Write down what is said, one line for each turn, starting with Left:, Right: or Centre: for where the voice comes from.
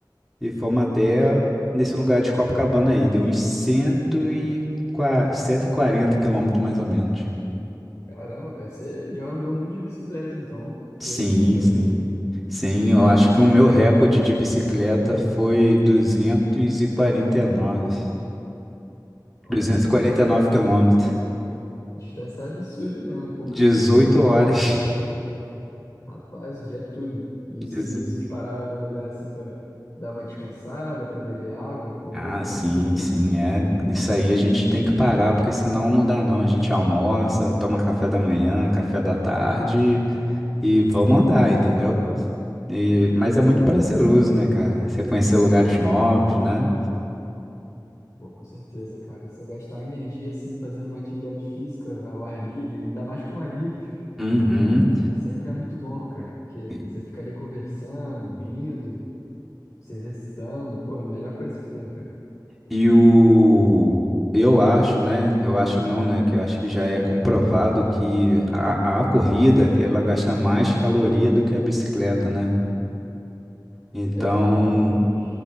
Centre: e fomos até nesse lugar de Copacabana aí. Deu uns cento e qua- 140 quilômetros mais ou menos.
Left: Caramba, cara, você já andou muito de bicicleta, então, porque
Centre: Sim,
Left: esses números
Centre: sim. Sim, eu
Left: é
Centre: acho que o meu recorde de bicicleta foi 249.
Left: uma
Centre: duzentos
Left: distância,
Centre: e e quarenta e nove quilômetros.
Left: distância absurda mesmo, poucas
Centre: dezoito
Left: pessoas.
Centre: horas. <laughs>
Left: Rapaz, o dia todo. E se,
Centre: Dezo-
Left: vocês pararam em algum lugar assim para dar uma descansada, para beber água, comer,
Centre: Ah,
Left: como
Centre: sim,
Left: é que foi?
Centre: sim, é. Isso aí a gente tem que parar, porque senão não dá não. A gente almoça, toma café da manhã, café da tarde e vamos andar, entendeu? E- mas é muito prazeroso, né, cara? Você conhecer lugares novos, né?
Left: Pô, com certeza, cara. Você gastar energia assim fazendo uma atividade física ao ar livre, ainda mais com amigos,
Centre: Uhum.
Left: é, sempre é muito bom, cara, porque
Centre: E,
Left: você fica ali conversando, rindo, se exercitando, pô, é a melhor coisa que tem, cara.
Centre: e o... Eu acho, né? Eu acho não, né? Que eu acho que já é comprovado que a, a corrida, ela gasta mais caloria do que a bicicleta, né? Então,
Left: É, um pouco mais.